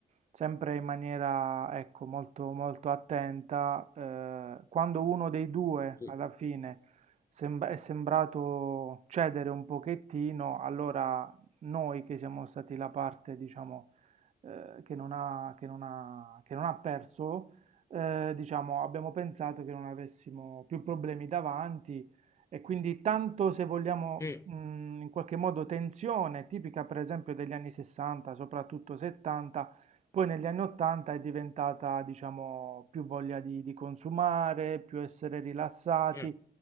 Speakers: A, on the right; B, on the left.
A: sempre in maniera, ecco, molto, molto attenta. eh, quando uno dei due
B: Mm,
A: alla fine sembra- è sembrato cedere un pochettino, allora noi che siamo stati la parte, diciamo, eh, che non ha, che non ha, che non ha perso, eh, diciamo, abbiamo pensato che non avessimo più problemi davanti. E quindi tanto se vogliamo
B: mm,
A: mh, in qualche modo tensione, tipica per esempio degli anni 60, soprattutto 70, poi negli anni 80 è diventata, diciamo, più voglia di, di consumare, più essere rilassati.
B: mm.